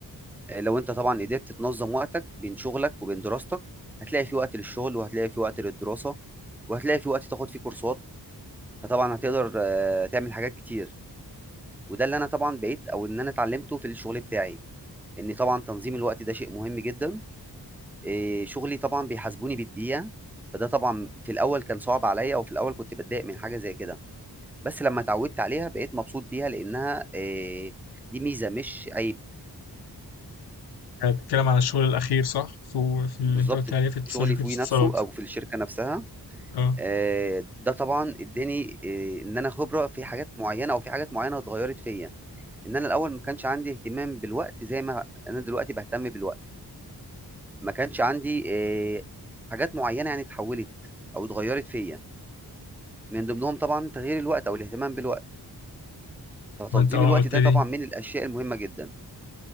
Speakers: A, in the centre; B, on the left.
A: آآ، لو أنت طبعًا قدرت تنظم وقتك بين شغلك وبين دراستك، هتلاقي في وقت للشغل، وهتلاقي في وقت للدراسة، وهتلاقي في وقت تاخد فيه كورسات، فطبعًا هتقدر آه، تعمل حاجات كتير، وده اللي أنا طبعًا بقيت أو إن أنا اتعلمته في الشغل بتاعي، إن طبعًا تنظيم الوقت ده شيء مهم جدًا، آآ، شغلي طبعًا بيحاسبوني بالدقيقة، فده طبعًا في الأول كان صعب عليَّ، وفي الأول كنت باتضايق من حاجة زي كده. بس لما اتعودت عليها بقيت مبسوط بيها لأنها آآ دي ميزة مش عيب،
B: هتتكلم عن الشغل الأخير صح؟ في, في اللي
A: بالضبط
B: أنت قلت عليه في اتصال-
A: شغلي
B: شركة
A: فيه
B: الاتصالات
A: نفسه أو في الشركة نفسها
B: أه
A: آآ ده طبعًا ادّاني آآ إن أنا خبرة في حاجات معيّنة أو في حاجات معيّنة اتغيّرت فيّا، إن أنا الأول ما كانش عندي اهتمام بالوقت زي ما أنا دلوقتي باهتم بالوقت، ما كانش عندي آآ حاجات معيّنة يعني اتحوّلت أو اتغيّرت فيّا، من ضمنهم طبعًا تغيير الوقت أو الاهتمام بالوقت، فتنظيم
B: ما أنت أه
A: الوقت
B: قلت
A: ده
B: لي
A: طبعًا من الأشياء المهمة جدًا.